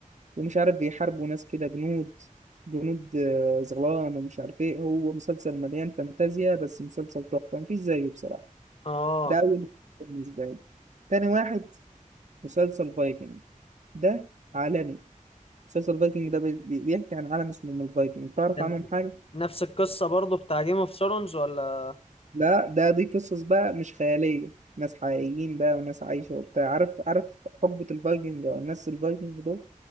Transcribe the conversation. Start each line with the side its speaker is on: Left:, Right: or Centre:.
Right: ومش عارف بيحاربوا ناس كده جنود جنود آه، زغلان ومش عارف ايه هو مسلسل مليان فانتازيا بس مسلسل تحفة مفيش زيه بصراحة
Left: اه
Right: ده أول مسلسل بالنسبة لي تاني واحد مسلسل فايكنج ده عالمي مسلسل فايكنج ده بي- بي- بيحكي عن عالم اسمه من الفايكنج تعرف
Left: ده
Right: عنهم حاجة؟
Left: نفس القصة برضو بتاع جيم اوف ثرونز ولا
Right: لا ده دي قصص بقى مش خيالية ناس حقيقيين بقى وناس عايشة وبتاع عارف عارف حقبة الفايكنج أو الناس الفايكنج دول